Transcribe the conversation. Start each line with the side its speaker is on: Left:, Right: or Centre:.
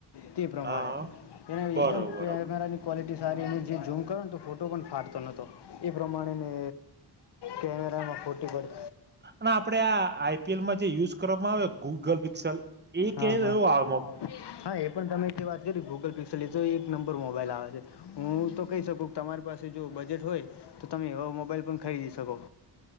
Left: તે પ્રમાણે
Right: હા
Left: એને
Right: બરોબર
Left: એકદમ
Right: બરોબર
Left: કેમેરાની ક્વૉલિટી <unintelligible> સારી અને જે ઝૂમ કરો ને તો ફોટો પણ ફાટતો નહોતો એ પ્રમાણે ને કેમેરામાં ફોટો પાડવા
Right: અને આપડે આ આઈ પી એલ માં જે યુઝ કરવામાં આવે ગૂગલ પિક્સલ એ
Left: હા
Right: કે <unintelligible>
Left: હા હા એ પણ તમે જે વાત કરી ગૂગલ પિક્સલ તો એક નંબર મોબાઈલ આવે છે હું તો કહી શકું તમારી પાસે જો બજેટ હોય તો તમે એવા મોબાઈલ પણ ખરીદી શકો.